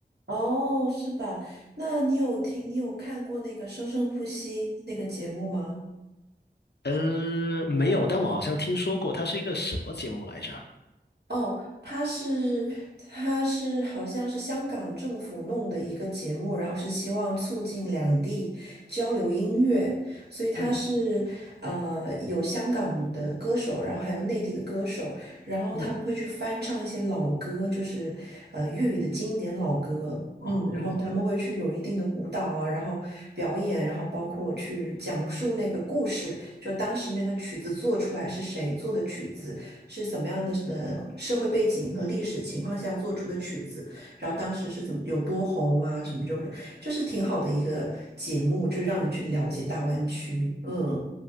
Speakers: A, on the right; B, on the left.
A: 哦，是吧？那你有听，你有看过那个《生生不息》那个节目吗？
B: 呃，没有，但我好像听说过它是一个什么节目来着？
A: 哦，它是它是好像是香港政府弄的一个节目，然后是希望促进两地交流音乐，所以它是呃有香港的歌手，
B: 嗯
A: 然后还有内地的歌手，然后他们会去翻唱一些老歌，
B: 嗯，
A: 就是呃粤语的经典老歌，嗯，
B: 哦，
A: 然后他们会去有一定的舞蹈啊，然后表演，然后包括去讲述那个故事，就当时那个曲子做出来是谁做的曲子。是怎么样的呃社会背景和历史情况下做出的曲子，然后当时是怎么有多红啊，什么就是就是挺好的一个节目，就是让你去了解大湾区。嗯，